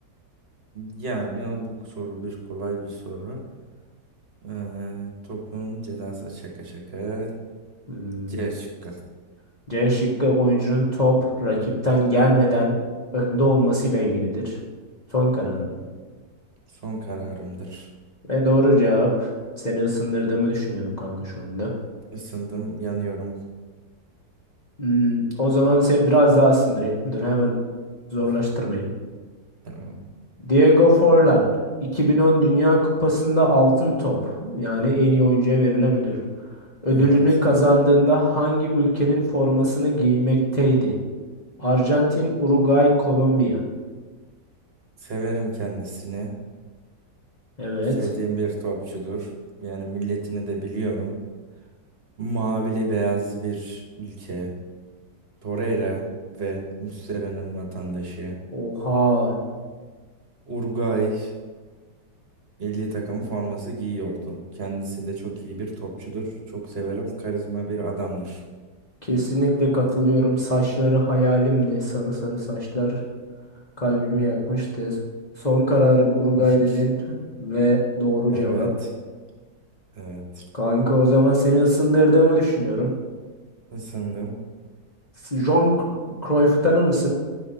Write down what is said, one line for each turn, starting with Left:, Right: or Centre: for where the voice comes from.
Right: yani bu soru bir kolay bir soru. Ee, topun cezası şaka şaka.
Left: Hmm.
Right: C şıkkı.
Left: C şıkkı oyuncunun top rakipten gelmeden önde olmasıyla ilgilidir. Son kararım bu.
Right: Son kararımdır.
Left: Ve doğru cevap. Seni ısındırdığımı düşünüyorum kanka şu anda.
Right: Isındım, yanıyorum.
Left: Hmm, o zaman seni biraz daha ısındırayım. Dur hemen zorlaştırmayayım.
Right: <laughs> Tamam.
Left: Diego Forlan 2010 Dünya Kupası'nda altın top yani en iyi oyuncuya verilen ödül. Ödülünü
Right: Evet.
Left: kazandığında hangi ülkenin formasını giymekteydi? Arjantin, Uruguay, Kolombiya.
Right: Severim kendisini.
Left: Evet.
Right: Sevdiğim bir topçudur. Yani milletini de biliyorum. Mavili beyazlı bir ülke. Torreira ve Muslera'nın vatandaşı.
Left: Oha.
Right: Uruguay Milli takımın forması giyiyordu. Kendisi de çok iyi bir topçudur. Çok severim. Karizma bir adamdır.
Left: Kesinlikle katılıyorum. Saçları hayalimdi. Sarı sarı saçlar kalbimi yakmıştı. Son kararım Uruguay
Right: <laughs>
Left: dedin <laughs> ve doğru cevap.
Right: Evet. Evet.
Left: Kanka o zaman seni ısındırdığımı düşünüyorum.
Right: Isındım.
Left: S- John C- Cruyff'u tanır mısın?